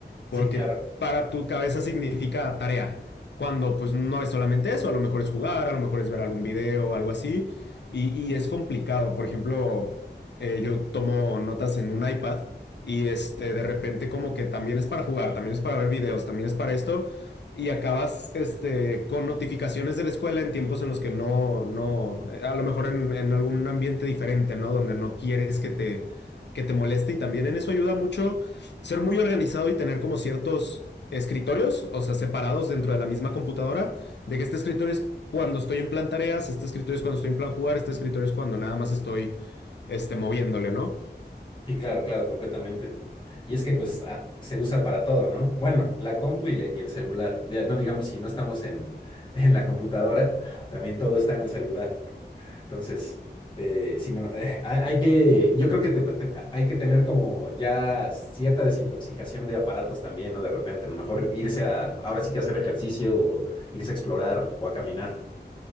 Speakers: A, on the left (about 25°); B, on the left (about 75°).
A: Sí,
B: porque
A: claro.
B: para tu cabeza significa tarea, cuando pues no es solamente eso, a lo mejor es jugar, a lo mejor es ver algún video, algo así, y, y es complicado. Por ejemplo, eh, yo tomo notas en un iPad y este, de repente como que también es para jugar, también es para ver videos, también es para esto, y acabas este, con notificaciones de la escuela en tiempos en los que no, no, eh, a lo mejor en, en algún ambiente diferente, ¿no? Donde no quieres que te, que te moleste y también en eso ayuda mucho ser muy organizado y tener como ciertos escritorios, o sea, separados dentro de la misma computadora, de que este escritorio es cuando estoy en plan tareas, este escritorio es cuando estoy en plan jugar, este escritorio es cuando nada más estoy este, moviéndole, ¿no?
A: Y claro, claro, completamente. Y es que pues ah, se usa para todo, ¿no? Bueno, la compu y, el y el celular. Ya no digamos, si no estamos en, <laughs> en la computadora, también todo está en el celular, ¿no? Entonces, eh, si no, eh, hay, hay que, yo creo que te- te- hay que tener como ya cierta desintoxicación de aparatos también, ¿no? De repente, a lo mejor irse a, ahora sí que hacer ejercicio, o irse a explorar o a caminar.